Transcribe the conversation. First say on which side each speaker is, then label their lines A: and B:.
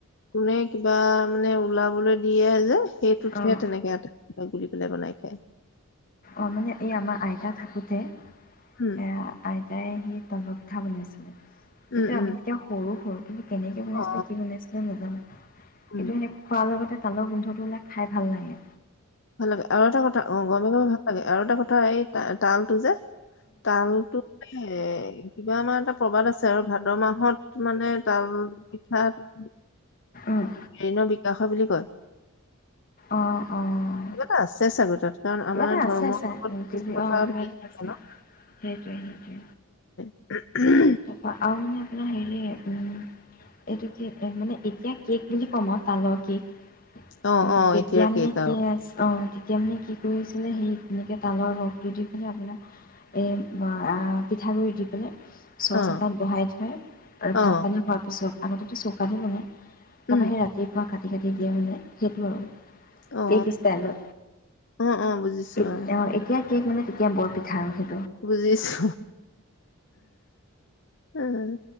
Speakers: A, on the left; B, on the left.
A: কোনে কিবা মানে ওলাবলৈ দিয়ে যে। সেইটোতহে
B: অঁ
A: তেনেকে এটা হেই বুলি পেলাই বনাই খায়।
B: অ', মানে এই আমাৰ আইতা থাকোঁতে
A: উম
B: এয়া আইতা <unintelligible> সেই তালৰ পিঠা বনাইছিলে। কিন্তু
A: উম উম
B: আমি তেতিয়া সৰু- সৰু। কেনেকে বনাইছিলে
A: অ
B: কি বনাইছিলে নাজানো কিন্তু
A: উম
B: সেই খোৱাৰ লগতে। তালৰ গোন্ধবোৰ মানে খাই ভাল লাগে।
A: ভাল লাগে আৰু এটা কথা অহ ', গৰমে -গৰমে ভাল লাগে। আৰু এটা কথা এই তালটো যে তালটো কিবা আমাৰ এটা প্ৰবাদ আছে আৰু ভাদ মাহত মানে তাল পিঠাটো।
B: অঁ
A: ঋণৰ বিকাশ হয় বুলি কয়
B: অঁ অঁ
A: কিবা এটা আছে চাগৈ তাত। কাৰণ
B: কিবা
A: আমাৰ
B: এটা
A: ধৰ্মৰ
B: আছে চাই
A: লগত
B: অহ ',
A: কিছু কথা
B: কিবা
A: মিল
B: এটা
A: থাকে
B: আছে
A: ন
B: সেইটোৱে - সেইটোৱে।
A: উহ - উহ।
B: তাৰপা আৰু মানে আপোনাৰ হেৰি উম, এইটো কি মানে এতিয়া কেক বুলি কম আও তালৰ কেক উম,
A: অ অ
B: তেতিয়া
A: এতিয়াৰ কেক
B: মানে কি
A: আৰু
B: আছ অহ ', তেতিয়া মানে কি কৰি আছিলে সেই এনেকৈ তালৰ ৰসটো দি পেলাই আপোনাক এই পিঠাগুড়ি দি পেলাই। চচ
A: অ
B: এটাত বহাই থয় আৰু ভাত
A: অ
B: পানী হোৱাৰ পিছত আগতেতো চৌকাত হে বনাই। তাৰপৰা
A: উম
B: সেই ৰাতিপুৱা কাট কাটি- কাটি দিয়া মানে সেইটো আৰু।
A: অ
B: কেক বিছটা আনিলো
A: অ অ বুজিছো
B: এ
A: অ
B: অহ ', এতিয়া কেক মানে, তেতিয়া বৰ পিঠা আৰু সেই
A: বুজিছো। উম।